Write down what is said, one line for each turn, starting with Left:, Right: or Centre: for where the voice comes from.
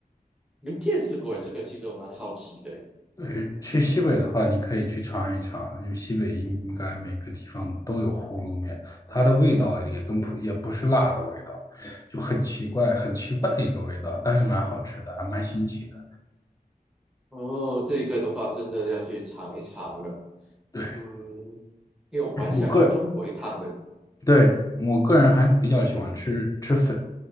Centre: 没见识过这个，其实我蛮好奇的。
Left: 对，去西北的话，你可以去尝一尝，因为西北应该每个地方都有葫芦面，它的味道也跟普也不是辣的味道，就很奇怪，很奇怪的一个味道，但是蛮好吃的，还蛮新奇的。
Centre: 哦，这个的话真的要去尝一尝了。
Left: 对，
Centre: 嗯，因为我蛮想去中国一趟的，
Left: 我个人对，我个人还比较喜欢吃吃粉，